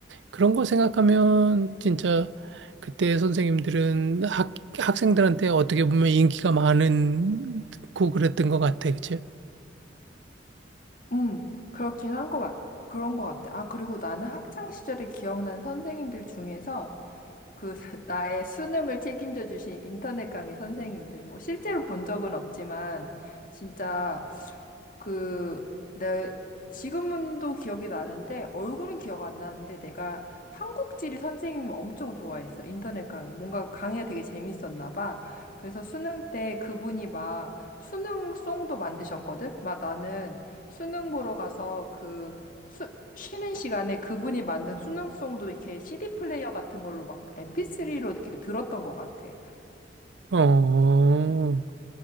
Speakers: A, on the right; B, on the left.
A: 그런 거 생각하면 진짜 그때 선생님들은 학, 학생들한테 어떻게 보면 인기가 많은 고 그랬던 것 같아, 그치?
B: 음, 그렇긴 한 거 같, 그런 거 같아. 아, 그리고 나는 학창 시절에 기억난 선생님들 중에서 그 <laughs> 나의 수능을 책임져 주신 인터넷 강의 선생님들. 뭐 실제로 본 적은 없지만 진짜 그, 내, 지금도 기억이 나는데, 얼굴은 기억 안 나는데, 내가 한국지리 선생님을 엄청 좋아했어. 인터넷 강의. 뭔가 강의가 되게 재밌었나 봐. 그래서 수능 때 그분이 막 수능송도 만드셨거든? 막 나는 수능 보러 가서 그, 수, 쉬는 시간에 그분이 만든 수능송도 이렇게 CD 플레이어 같은 걸로 막 MP3로 이렇게 들었던 것 같아.
A: 어,